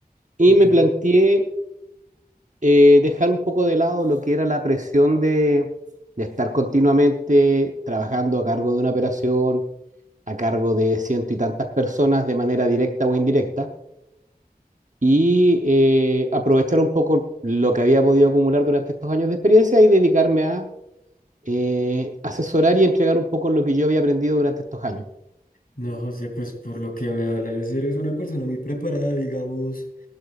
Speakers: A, on the right; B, on the left.
A: Y
B: ok.
A: me planteé eh, dejar un poco de lado lo que era la presión de, de estar continuamente trabajando a cargo de una operación, a cargo de ciento y tantas personas de manera directa o indirecta, y eh, aprovechar un poco lo que había podido acumular durante estos años de experiencia y dedicarme a eh, asesorar y entregar un poco lo que yo había aprendido durante estos años.
B: No, José, pues por lo que me hablas, eres eres una persona muy preparada, digamos.